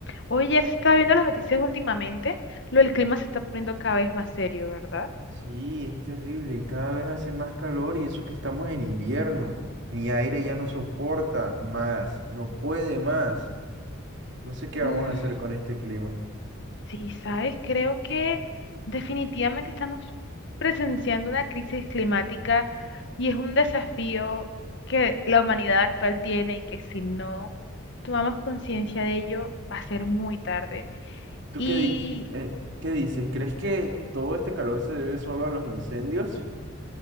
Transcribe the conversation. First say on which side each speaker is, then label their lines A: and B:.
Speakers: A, on the left; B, on the right.
A: Oye, se está viendo las noticias últimamente. Lo del clima se está poniendo cada vez más serio, ¿verdad?
B: Sí, es terrible. Cada vez hace más calor y eso que estamos en invierno. Mi aire ya no soporta más, no puede más. No sé qué vamos
A: Mm,
B: a hacer con este clima.
A: sí, sabes, creo que definitivamente estamos presenciando una crisis climática y es un desafío que la humanidad actual tiene y que si no tomamos conciencia de ello va a ser muy tarde.
B: ¿Tú
A: Y
B: qué dices? eh, ¿qué dices? ¿Crees que todo este calor se debe solo a los incendios?